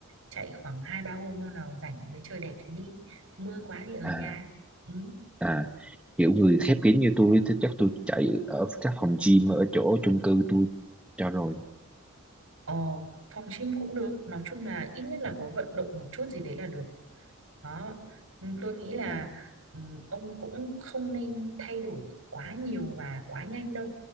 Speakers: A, on the right; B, in the centre.
A: chạy khoảng hai ba hôm hôm nào rảnh với trời đẹp thì đi mưa quá thì ở
B: à
A: nhà ừ.
B: à kiểu người khép kín như tôi thì chắc tôi chạy ở các phòng gym ở chỗ chung cư tôi cho rồi
A: Ờ, phòng gym cũng được, nói chung là ít nhất là có vận động một chút gì đấy là được. Đó. Ừ, Tôi nghĩ là
B: Ồ,
A: ừ, ông cũng không nên thay đổi quá nhiều và quá nhanh đâu.